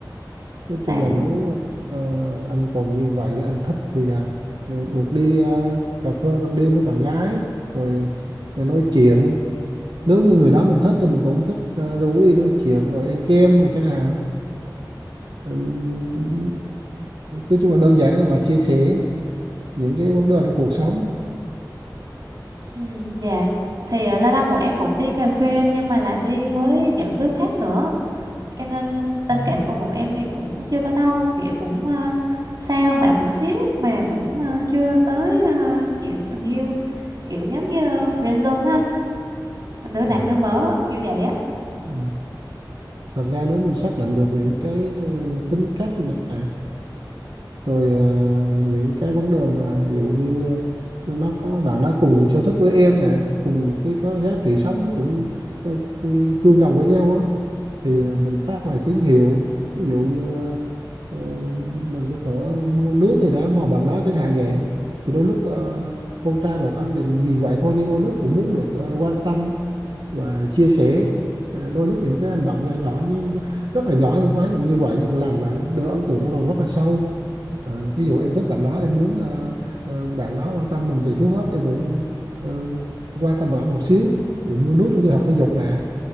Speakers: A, on the right; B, on the right.
A: nói
B: là
A: chung là nếu ờ, anh còn như vậy anh thích thì à, ờ, được đi ờ, cà phê ban đêm với bạn gái rồi, rồi nói chuyện nếu như người đó mình thích thì mình cũng thích ờ, rủ đi nói chuyện rồi ăn kem rồi chẳng hạn Ừm, nói chung là đơn giản và chia sẻ những cái vấn đề trong cuộc sống
B: ừ, dạ thì à, lâu lâu bọn em cũng đi cà phê nhưng mà là đi với những đứa khác nữa cho nên tình
A: Ừ.
B: cảm của bọn em thì cũng chưa tới đâu kiểu cũng ờ, xa hơn bạn một xíu mà cũng ờ, chưa tới ờ, chuyện tình yêu kiểu giống như friend zone á anh nữ nạc
A: à
B: nữ mỡ kiểu vậy á
A: ừ. thật ra nếu mình xác định được những cái ờ, tính cách này rồi ờ, những cái vấn đề mà ví dụ như nó có bạn đã cùng những sở thích với em này cùng cái có giá trị sống nó cũng ờ, chi- tương đồng với nhau á thì ờ, mình phát ngoài tín hiệu ví dụ như ờ, ờ, mình có thể mua nước gì đó mà bạn đó chẳng hạn vậy thì đôi lúc ờ, con trai một anh thì nhìn vậy thôi nhưng đôi lúc cũng muốn được ờ, quan tâm và chia sẻ Ờ, đôi lúc những cái hành động nhỏ nhỏ nhưng rất là nhỏ thôi, ví như vậy nhưng làm lại đỡ ấn tượng trong lòng rất là sâu Ờ, thí dụ em thích bạn đó em muốn ờ, ờ, bạn đó quan tâm mình thì trước hết em cũng ờ, quan tâm bạn đó một xíu ví dụ mua nước trong giờ học thể dục nè